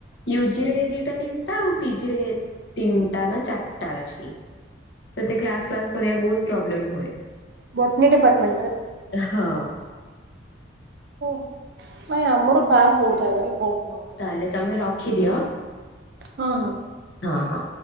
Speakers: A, on the left; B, on the right.
A: ୟୁଜି ରେ ଦିଟା ତିନିଟା ପି ଜିରେ ତିନିଟା ନା ଚାରିଟା ଅଛି। ସେତେ କ୍ଲାସ ଫ୍ଲାସ କରିବାକୁ ବହୁତ ପ୍ରୋବ୍ଲେମ ହୁଏ
B: ବଟନୀ ଡିପାର୍ଟମେଣ୍ଟରେ।
A: ହଁ।
B: ଓ ହୋ ନାଇ ଆମର ଫାଷ୍ଟ ହଉଥାଏ।
A: ହଉ ତାହେଲେ ତମେ ରଖିଦିଅ,
B: ହଁ ହଁ।
A: ହଁ ହଁ।